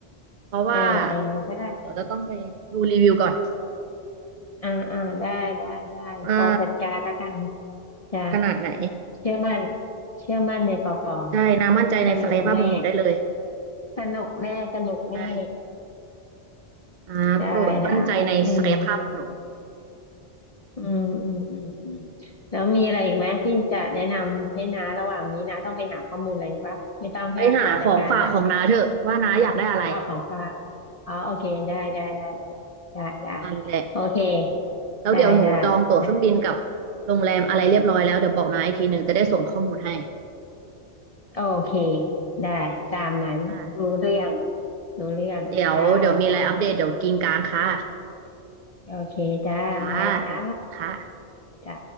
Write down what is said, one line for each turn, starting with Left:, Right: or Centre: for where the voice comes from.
Right: เพราะว่า
Left: อ่าอ่าใช่
Right: เดี๋ยวจะต้องไปดูรีวิวก่อน
Left: อ่าอ่าได้ได้ได้ปอจัดการละกัน
Right: ว่า
Left: จ้ะ
Right: ขนาดไหน
Left: เชื่อมั่นเชื่อมั่นในปอปอ
Right: ใช่นามั่นใจในศักยภาพของหนูได้เลย
Left: สนุกแน่สนุกแน่สนุกแน่
Right: ใช่อ่าโปรดมั่นใจในศักยภาพของหนู
Left: ได้ได้อืมอืมอืมอืมอืมแล้วมีอะไรอีกไหมที่จะแนะนำให้นะระหว่างนี้นะต้องไปหาข้อมูลอะไรปะไม่ต้องใช่ปะปอจัดการนะ
Right: ไปหาของฝากของน้าเถอะว่าน้าอยากได้อะไร
Left: อ๋อของป้าอ๋อโอเคได้ได้ได้ได้ได้ได้ได้
Right: นั่นแหละ
Left: โอเค
Right: แล้วเดี๋ยวหนูจองตั๋วเครื่องบินกับ
Left: ได้ได้นะ
Right: โรงแรมอะไรเรียบร้อยแล้วเดี๋ยวบอกน้าอีกทีหนึ่งจะได้ส่งข้อมูลให้
Left: โอเค ได้ตามนั้นรู้เรื่อง
Right: โอเคค่ะ
Left: รู้เรื่องจ้าจ้า
Right: เดี๋ยวเดี๋ยวมีอะไรอัปเดตเดี๋ยวกินกลางค่ะ
Left: โอเคจ้าบายจ้า
Right: ค่ะจ้ะค่ะ
Left: จ้า